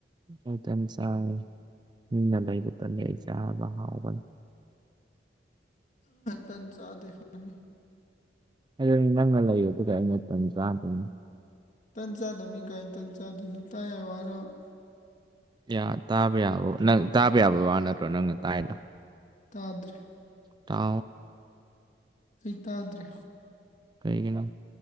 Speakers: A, on the right; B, on the left.
A: ꯑꯩꯇ ꯆꯥꯏꯟꯅ ꯂꯩꯕꯇꯅꯤ ꯑꯩ ꯆꯥꯕ ꯍꯥꯎꯕꯅꯤ
B: ꯇ ꯆꯥꯗꯦ ꯈꯅꯤ
A: ꯍ ꯅꯪꯜ ꯂ ꯌ ꯇꯨ ꯀꯥꯏ ꯅꯠꯇ ꯆꯥꯍ ꯇ
B: ꯇꯟ ꯆꯥꯗꯕ ꯃꯤ ꯀꯥꯏꯅ ꯇꯟ ꯆꯥꯗꯣꯏꯅꯣ ꯇꯥ ꯌꯥꯏ ꯋꯥꯔꯕ
A: <unintelligible> ꯇꯥꯕ ꯌꯥꯕ ꯅꯪ ꯇꯥꯕ ꯌꯥꯕꯕꯥ ꯅꯠꯇ꯭ꯔꯣ ꯅꯪꯅ ꯇꯥꯏꯗꯣ
B: ꯇꯥꯗ꯭ꯔ
A: ꯇ
B: ꯑꯩ ꯇꯥꯗ꯭ꯔꯦ
A: ꯀꯩꯒꯤꯅ